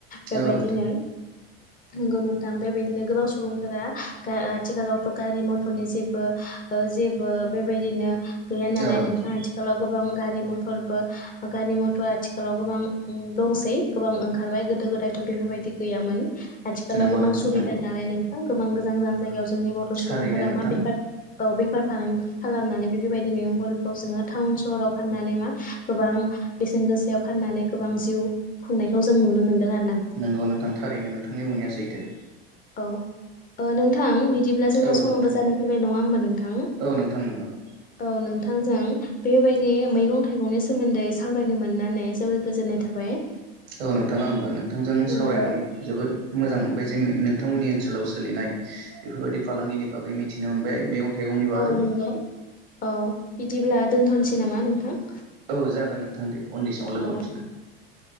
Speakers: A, on the left (about 30°); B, on the right (about 85°).
A: बेबायदिनो
B: औ नोंथां
A: नंगौ नोंथां बेबायदिनो गोबां सुबुंफोरा आथिखालावथ' गारि मथरनि जेबो जेबो बेबायदिनो गैया नालाय
B: औ नोंथां
A: नोंथाङा आथिखालाव गोबां गा गारि मथरबो गारि मथर आथिखालाव गोबां दंसै गोबां ओंखारबाय गोदो गोदायथ' बेफोरबायदि गैयामोन आथिखालाव
B: नंगौ
A: गोबां
B: नोंथां
A: सुबिदा
B: नंगौ
A: नालाय नों गोबां गोजान गोजान जायगायाव जोंनि बर'
B: थारैनो
A: सुबुंफोरा
B: नोंथां
A: मा बेफार औ बेफार फालांगि खालामनानै बेफोर बायदि मैगंफोरखौ जोङो टाउन सहराव फाननानै मा गोबां बेसेन गोसायाव फाननानै गोबां जिउ खुंनायखौ जों नुनो मोनदों आरो
B: नोंगौ नोंथां थारैनो नोंथांनि बुंनाया सैथो
A: औ नोंथां बिदि बिदिब्ला जोंना
B: औ
A: समाबो
B: नोंथां
A: जाना फैबाय नङा होमबा नोंथां
B: औ नंगौ
A: नोंथांजों बेबायदि मैगं थाइगंनि सोमोन्दै सावरायनो मोननानै जोबोर गोजोननाय थाबाय
B: औ नोंथां आंबो नोंथांजों
A: नोंगौ
B: सावरायनानै जोबोद मोजां मोनबाय जेन नों नोंथांमोननि ओनसोलाव सोलिनाय बेफोरबायदि फालांगिनि बागै मिथिनो मोनबाय मैगं थाइगंनि बागै
A: औ नंगौ औ बिदिब्ला दोनथ' थ'नोसै नामा नोंथां
B: औ जागोन नोंथां दे उननि समाव लोगो
A: औ
B: मोनफिनगोन